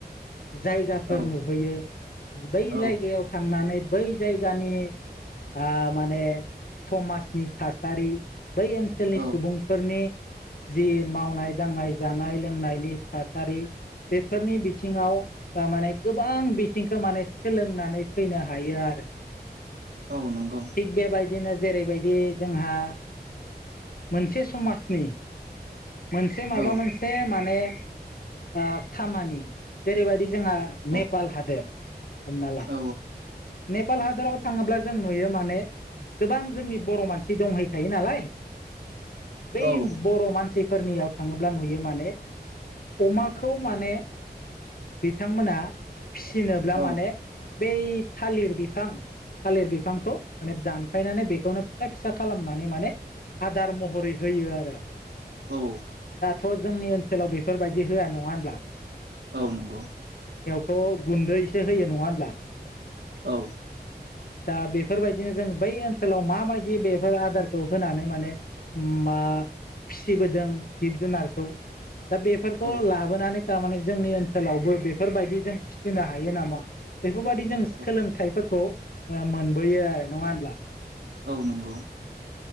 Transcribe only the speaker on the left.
जायगाफोर
नुहैयो बै
जायगायाव थांनानै। बै जायगानि ओ माने समासनि थासारि बै ओनसोलनि
सुबुंफोरनि जि मावनाय दांनाय जानाय लोंनायनि थासारि। बेफोरनि बिथिंङाव दा माने गोबां बिथिंखौ माने सोलोंनानै फैनो हायो आरो
थिग बेबायदि नोज जेरैबायदि जोंहा मोनसे समासनि मोनसे माबा
मोनसे माने ओ खामानि जेरैबायदि जोङो
नेपाल हादोर हमना ला
नेपाल हादोराव थांङोब्ला जों नुयो माने। गोबां जोंनि बर' मानसि दंहैखायो नालाय। बै
बर' मानसिफोरनियाव थाङोब्ला नुयो माने अमाखौ माने। बिथांमोना फिसिनोब्ला
माने बै थालिर बिफां थालिर बिफांखौ माने दानफायनानै बेखौनो फिसा फिसा खालामनानै माने आदार महरै होयो आरो।
थ जोंनि ओनसोलाव बेफोरबायदि होआ नङा ओनब्ला।
थ गुन्दैसो होयो नङा ओनब्ला।
दा बेफोरबायदिनो जों बै ओनसोलाव माबायदि बेफोर आदारखौ होनानै माने उम मा फिसिबोदों जिब जुनारखौ दा बेफोरखौ
लाबोनानै थारमाने जोंनि ओनसोलावबो बेफोरबायदि जों फिसिनो हायो नामा? बेफोबादि जों
सोलोंथाइफोरखौ ओ मोनबोयो आरो नङा होनब्ला।